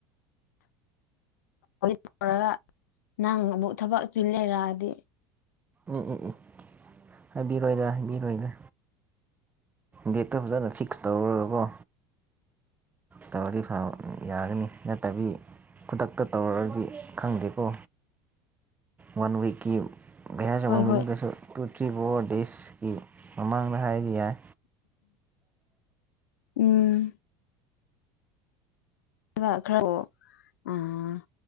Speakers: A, on the left (about 80°); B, on the right (about 15°).
A: ꯇꯧꯔꯒ ꯅꯪ ꯑꯃꯨꯛ ꯊꯕꯛ ꯆꯤꯜ ꯂꯩꯔꯛꯑꯗꯤ
B: ꯏ ꯏ ꯏ ꯍꯥꯏꯕꯤꯔꯣꯏꯗ ꯍꯥꯏꯕꯤꯔꯣꯏꯗ ꯗꯦꯠꯇ ꯐꯖꯅ ꯐꯤꯛꯁ ꯇꯧꯔꯒꯀꯣ ꯇꯧꯗꯤ ꯐꯕ ꯌꯥꯒꯅꯤ ꯅꯠꯇꯕꯤ ꯈꯨꯗꯛꯇ ꯇꯧꯔꯗꯤ ꯈꯪꯗꯦꯀꯣ ꯋꯥꯟ ꯋꯤꯛꯀꯤ ꯍꯥ ꯆꯕ
A: ꯍꯣꯏ
B: ꯃꯤꯗꯁꯨ
A: ꯍꯣꯏ
B: ꯇꯨ ꯊ꯭ꯔꯤ ꯐꯣꯔ ꯗꯦꯖꯀꯤ ꯃꯃꯥꯡꯗ ꯍꯥꯏꯔꯗꯤ ꯌꯥꯏ
A: ꯎꯝ <unintelligible> ꯎꯝ